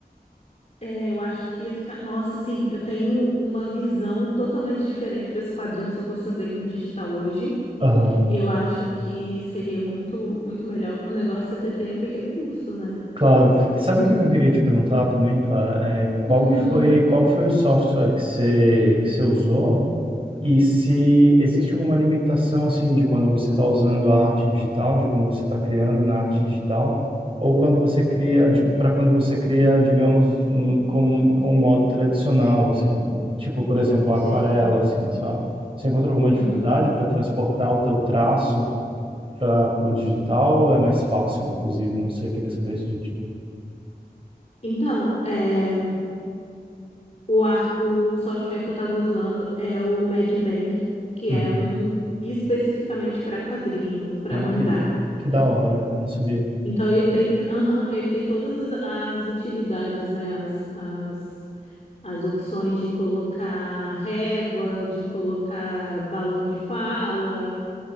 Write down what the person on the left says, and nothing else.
É, eu acho que ia ficar. Nossa, assim, eu tenho uma visão totalmente diferente para esse quadrinho se eu fosse fazer ele no digital hoje.
E eu acho que seria muito, muito melhor. O negócio é ter tempo e recurso, né?
Uhum,
sei.
Uhum.
Então, é, o, ar- o software que eu estava usando é o Medbang, que
é um especificamente para quadrinho, para
mangá,
né?
Então ele tem, aham, ele tem todas as, as utilidades, né? As, as as opções de colocar régua, de colocar balão de fala,